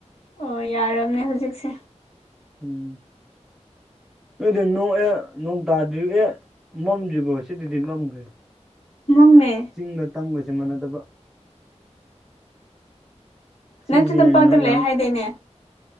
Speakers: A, on the left; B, in the centre.
A: ꯑꯣ ꯌꯥꯔꯕꯅꯦ ꯍꯧꯖꯤꯛꯁꯦ
B: ꯎꯝ ꯅꯣꯏꯗꯤ ꯅꯣꯡ ꯅꯣꯡ ꯇꯥꯗ꯭ꯔꯤꯕ ꯑꯦ ꯃꯝꯗ꯭ꯔꯤꯕꯣ ꯁꯤꯗꯥꯗꯤ ꯃꯝꯈ꯭ꯔꯦ
A: ꯃꯝꯃꯦ
B: ꯆꯤꯡꯒ ꯇꯝꯒꯖꯦ ꯃꯥꯟꯅꯗꯕ ꯁꯤꯗꯗꯤ
A: ꯅꯪꯁꯨ ꯇꯝꯄꯥꯛꯇ ꯂꯩꯑꯦ
B: ꯌꯥꯝ
A: ꯍꯥꯏꯗꯣꯏꯅꯦ